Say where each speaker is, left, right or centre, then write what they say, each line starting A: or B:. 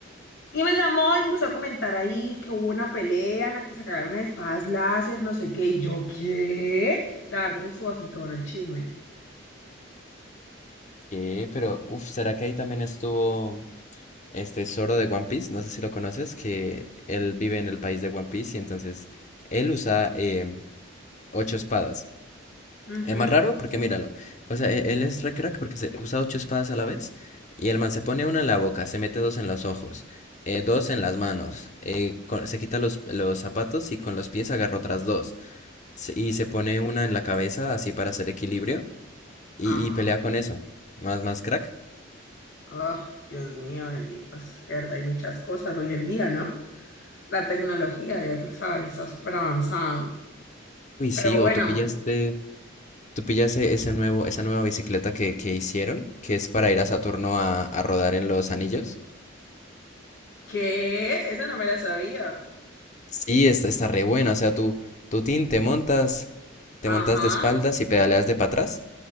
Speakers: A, on the left; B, on the left.
A: Y me llamó y me empezó a comentar ahí que hubo una pelea en la que se cagaron unas espadas láser, no sé qué, y yo, ¿qué? La verdad, sí estuvo bastante bueno el chisme.
B: Eh, pero, uff, ¿será que ahí también estuvo este Zoro de One Piece? No sé si lo conoces, que él vive en el país de One Piece y entonces él usa em, Ocho espadas.
A: Ujú,
B: Es más raro porque míralo. O sea, e- él es re crack porque se usa ocho espadas a la vez. Y el man se pone una en la boca, se mete dos en los ojos, eh, dos en las manos. eh, con- se quita los, los zapatos y con los pies agarra otras dos. Se- y se pone una en la cabeza así para hacer equilibrio. Y,
A: Ajá.
B: y pelea con eso. Más, más crack.
A: oh Dios mío, bendito, es que verdad hay muchas cosas hoy en día, ¿no? La tecnología, ya tú sabes, está súper avanzada.
B: Uy, sí,
A: Pero
B: o
A: bueno,
B: tú pillaste, tú pillaste ese nuevo, esa nueva bicicleta que, que hicieron, que es para ir a Saturno a a rodar en los anillos.
A: que Esa no me la sabía.
B: Sí, está, está re buena. O sea, tú, tú tin, te montas, te montas
A: Ajá,
B: de espaldas y pedaleas de para atrás.